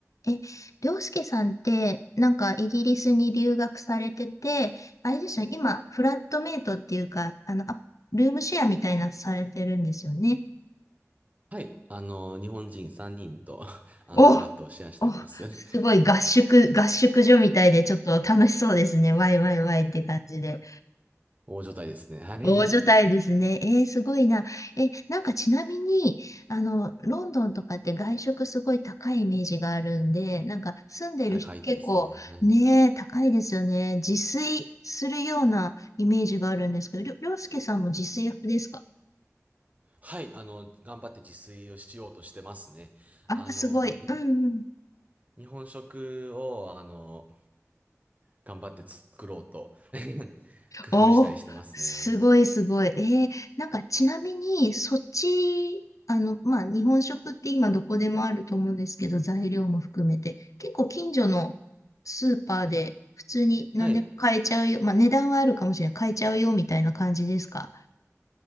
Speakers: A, on the left; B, on the right.
A: え、涼介さんって、なんかイギリスに留学されてて、あれでしょ、今、フラットメイトっていうか、あの、あルームシェアみたいなのされてるんですよね。
B: はい。あの、日本人3人と、<laughs> あの、
A: お、
B: フラットをシェアしてます。
A: お、
B: <laughs>
A: すごい合宿、合宿所みたいで、ちょっと楽しそうですね。ワイワイワイって感じで。
B: 大所帯ですね。はい。
A: 大所帯ですね。えー、すごいな。え、なんかちなみに、あの、ロンドンとかって外食すごい高いイメージがあるんで、なんか住んでる人結構ね、
B: 高いですね。はい。
A: 高いですよね。自炊するようなイメージがあるんですけど、りょ、りょうすけさんも自炊派ですか
B: はい。あの、頑張って自炊をしようとしてますね。
A: あ、
B: あの、
A: すごい。
B: に
A: うんうん。
B: 日本食を、あの、頑張って作ろうと <laughs> 工夫したりしてますね。
A: おー、すごいすごい。えー、なんかちなみに、そっち、あの、まあ、日本食って今どこでもあると思うんですけど、材料も含めて、結構近所のスーパーで普通に何でも買えちゃうよ。
B: はい。
A: まあ、値段はあるかもしれない。買えちゃうよみたいな感じですか。